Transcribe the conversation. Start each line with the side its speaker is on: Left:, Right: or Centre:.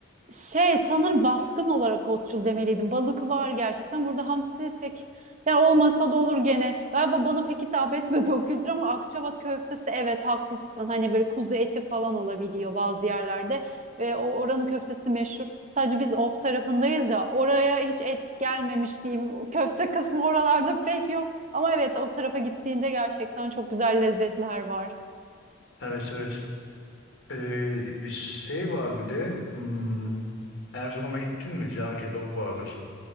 Right: Şey sanırım baskın olarak otçul demeliydim. Balık var gerçekten. Burada hamsi pek yani olmasa da olur gene. Galiba bana pek hitap etmedi o kültür ama Akçabat köftesi evet haklısın. Hani böyle kuzu eti falan olabiliyor bazı yerlerde. Ve o oranın köftesi meşhur. Sadece biz of tarafındayız ya oraya hiç et gelmemiş diyeyim. O Köfte kısmı oralarda pek yok. Ama evet o tarafa gittiğinde gerçekten çok güzel lezzetler var.
Left: Evet evet. Ee, bir şey var bir de. Hmm, Erzurum'a gittin mi? Cağ kebabı vardır.